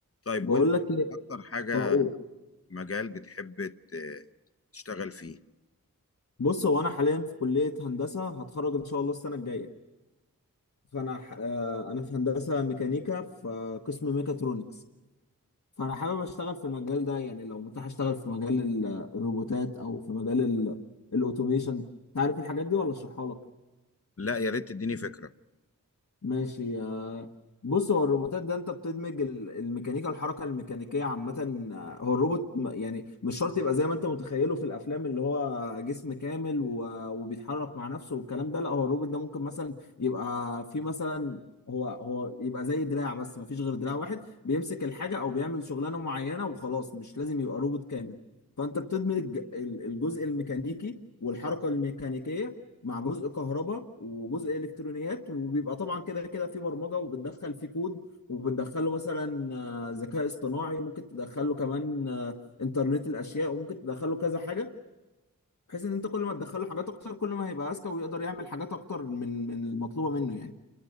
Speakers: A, on the left; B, on the left.
A: طيب
B: بقول
A: وانت
B: لك ايه
A: اكتر حاجة
B: اه أوه.
A: مجال بتحب ت- تشتغل فيه
B: بص هو انا حاليا في كليه هندسه هتخرج ان شاء الله السنه الجايه فانا ح... آه، انا في هندسه ميكانيكا في آه، قسم ميكاترونكس فانا حابب اشتغل في المجال ده يعني لو متاح اشتغل في مجال ال- الروبوتات او في مجال ال- الاوتوميشن تعرف الحاجات دي ولا اشرحها لك
A: لا يا ريت تديني فكرة
B: ماشي آه، بص هو الروبوتات ده انت بتدمج ال- الميكانيكا الحركه الميكانيكيه عامه آه، هو الروبوت م- يعني مش شرط يبقى زي ما انت متخيله في الافلام اللي هو جسم كامل و- وبيتحرك مع نفسه والكلام ده لا هو الروبوت ده ممكن مثلا يبقى في مثلا هو هو يبقى زي دراع بس ما فيش غير دراع واحد بيمسك الحاجه او بيعمل شغلانه معينه وخلاص مش لازم يبقى روبوت كامل فانت بتدمج ال- الجزء الميكانيكي والحركه الميكانيكيه مع جزء كهرباء وجزء الكترونيات وبيبقى طبعا كده كده في برمجه وبتدخل فيه كود وبتدخله مثلا آه، ذكاء اصطناعي وممكن تدخله كمان آه، انترنت الاشياء وممكن تدخله كذا حاجه بحيث ان انت كل ما تدخله حاجات اكتر كل ما هيبقى اذكى ويقدر يعمل حاجات اكتر من من المطلوبه منه يعني